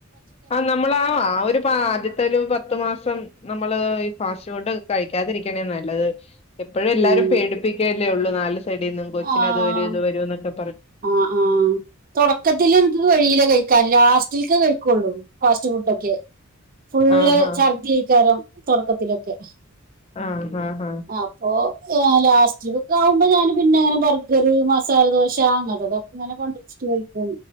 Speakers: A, on the left (about 25°); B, on the right (about 40°).
A: ആ നമ്മളാവാ. ആ ഒരു പാ ആദ്യത്തെ ഒരു പത്തു മാസം നമ്മള് ഈ ഫാസ്റ്റ് ഫുഡ് കഴിക്കാതിരിക്ക്ണേ നല്ലത് എപ്പഴു എല്ലാരും
B: ഉം
A: പേടിപ്പിക്കെ ലേ ഉള്ളൂ നാല് സ് ഡിന്ന് കൊച്ചിന്
B: ആഹ്
A: അത് വരും, ഇത് വരുന്നൊക്കെ
B: ആഹ് ആഹ്. തൊടക്കത്തിലെനിക്ക് കഴീല കഴിക്കാന്. ലാസ്റ്റിൽക്കെ കഴിക്കൊള്ളു ഫാസ്റ്റ് ഫുഡൊക്കെ. ഫുള്ള്
A: ആഹ്
B: ഛർദി അയ്ക്കാരം തൊടക്കത്തിലൊക്കെ
A: ആഹ് ആഹ്
B: അപ്പോ. ഞാ ലാസ്റ്റികൊക്കാവുമ്പോ ഞാന് പിന്നെ ബർഗറ്, മസാല ദോ ആ അങ്ങതൊക് ഇങ്ങനെ കൊണ്ട്രി ചിട്ട് കഴിക്കും.